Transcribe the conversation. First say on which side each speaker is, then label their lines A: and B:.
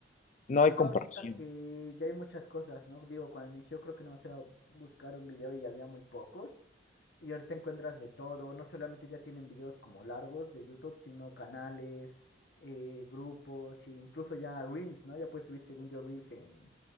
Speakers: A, on the left; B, on the left.
A: no hay
B: Ajá,
A: comparación.
B: ahorita que ya hay muchas cosas, ¿no? Digo, cuando inició creo que nada más era buscar un video y ya había muy pocos. Y ahorita encuentras de todo, no solamente ya tienen videos como largos de YouTube, sino canales, eh, grupos, e incluso ya Reels, ¿no? Ya puedes subir según yo Reels en,